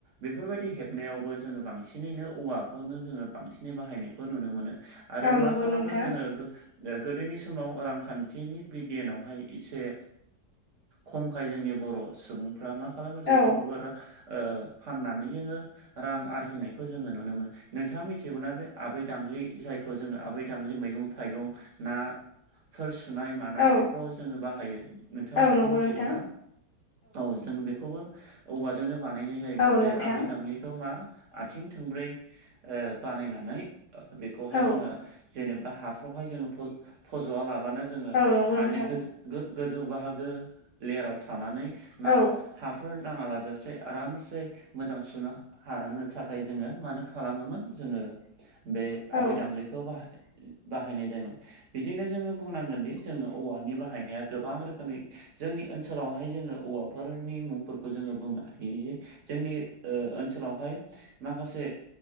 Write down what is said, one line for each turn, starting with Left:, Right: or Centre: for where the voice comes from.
Right: बेफोरबायदि हेबनायावबो जोङो बांसिनैनो औवाखौनो जोङो बांसिनै बाहायनायखौ नुनो मोनो आरो
Left: औ
Right: मा
Left: नंगौ
Right: खालामो
Left: नोंथां
Right: जोङो ओ गोदोनि समाव रांखान्थिनि बिगियानावहाय एसे खमखाय जोंनि बर' सुबुंफ्रा मा खालामो बेफोरखौबो
Left: औ
Right: रा ओ फाननानै जोङो रां आरजिनायखौ जोङो नुनो मोनो नोंथाङा मि थियोमोनाबे आबै दांग्रि जायखौ जोङो आबै दांग्रि मैगं थाइगं ना फोर सुनाय मानाय
Left: औ
Right: बेफोराव जोङो बाहायो नोंथाङा
Left: औ
Right: बेखौ
Left: नंगौ
Right: मिथिगौ
Left: नोंथां
Right: ना? औ जों बेखौबो औवाजोंनो बानायनाय जायोमोन
Left: औ
Right: बे
Left: नोंथां
Right: आबै थांगिखौ मा आथिं थोंब्रै ओ बानायनानै बेखौहाय
Left: औ
Right: जोङो जेनेबा हाफ्रावहाय जोङो फज फजवालाबानो जोङो
Left: औ नंगौ
Right: हानि
Left: नोंथां
Right: गोजौ गो-गोजौ बाहागो लेयाराव थानानै मा
Left: औ
Right: हाफोर नाङा लाजासे आरामसे मोजां सुनो हानो थाखाय जोङो मानो खालामोमोन जोङो बे
Left: औ
Right: आबै दांग्रिखौ खौ बाहाय बाहायनाय जायोमोन। बिदिनो जोङो बुंनांगोन दि जों औवानि बाहायनाया गोबां रोखोमनि जोंनि ओनसोलावहाय जोङो औवा फोरनि मुंफोरखौ जोङो बुंनो हायो जे जोंनि ओ-ओनसोलावहाय माखासे